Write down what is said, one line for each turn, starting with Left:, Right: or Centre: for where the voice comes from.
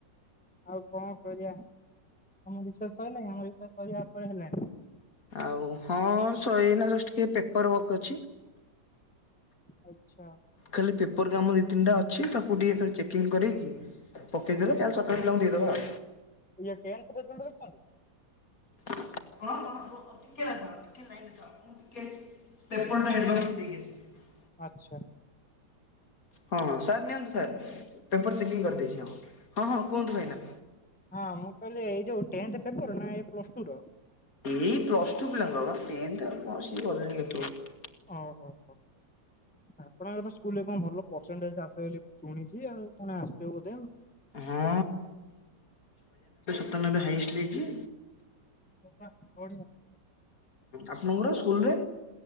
Centre: ଆଉ କଣ କରିବା ତମ ବିଷୟରେ ସରିଲାଣି ଆମ ବିଷୟ ସରିବା ଉପରେ ହେଲାଣି।
Left: ଆଉ ହଁ ସୋଇନା ଜଷ୍ଟ କି ପେପର ୱକ ଅଛି।
Centre: ଆଚ୍ଛା
Left: ଖାଲି ପେପର କାମ ରେ ତିନିଟା ଅଛି ତାକୁ ଟିକେ ତା ଚେକିଂ କରକି ପକେଇଦବେ
Centre: ଓହୋ
Left: କାଲି ସକାଳେ ପିଲାଙ୍କୁ ଦେଇଦବା
Centre: ଇଏ ଟେନ୍ଥ ରେଜଲ୍ଟ ରଖିଛନ୍ତି
Left: <unintelligible>
Centre: ଆଚ୍ଛା।
Left: ହଁ ସାର୍ ନିଅନ୍ତୁ ସାର୍ ପେପର ଚେକିଂ କରିଦେଇଚି ହଁ ହଁ ହଁ କୁହନ୍ତୁ ଭାଇନା।
Centre: ହଁ ମୁଁ କହିଲି ଏଇ ଯୋଉ ଟେନ୍ଥ ପେପର ନା ପ୍ଲସ ଟୁ ର?
Left: ଏଇ ପ୍ଲସ୍ ଟୁ ପିଲାଙ୍କର ବା ଟେନ୍ଥ ବସିକି ଗଲେଣି କେତେବେଲୁ।
Centre: ଓହୋ ହୋ ଆପଣଙ୍କର ସ୍କୁଲ ରେ କଣ ଭଲ ପରସେଣ୍ଟଟେଜ ଆସେ ବୋଲି ମୁଁ ଶୁଣିଚି ଆଉ କଣ ଆସିଥିବ ବୋଧେ ଆଉ।
Left: ହଁ ତା ନହେଲେ ହାଇଷ୍ଟ ହେଇଚି।
Centre: <unintelligible>
Left: ହୁଁ ଆପଣଙ୍କର ସ୍କୁଲରେ